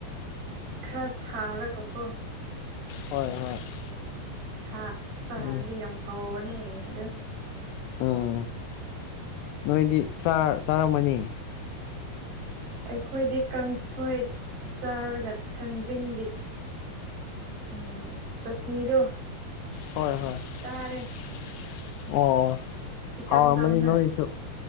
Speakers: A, on the right (about 80°); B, on the left (about 85°).
A: ꯈꯔꯥ ꯁꯥꯔꯒ ꯀꯣ
B: ꯍꯣꯏ ꯍꯣꯏ
A: ꯊꯥꯛ ꯆꯥꯔꯗꯤ
B: ꯎꯝ
A: ꯌꯥꯝ ꯍꯥꯎꯕꯅꯦ ꯑꯗꯨ
B: ꯎꯝ ꯅꯣꯏꯗꯤ ꯆꯥꯔ ꯆꯥꯔꯝꯃꯅꯤ
A: ꯑꯩꯈꯣꯏꯗꯤ ꯀꯥꯡꯁꯣꯏ ꯆꯥꯔꯒ ꯊꯥꯡꯖꯤꯡꯒꯤ ꯎꯝ ꯆꯠꯅꯤꯗꯣ
B: ꯍꯣꯏ ꯍꯣꯏ
A: ꯆꯥꯔꯦ
B: ꯑꯣ
A: ꯏꯆꯝ
B: ꯍꯥꯎꯔꯝꯃꯅꯤ
A: ꯆꯝꯅ
B: ꯅꯣꯏꯁꯨ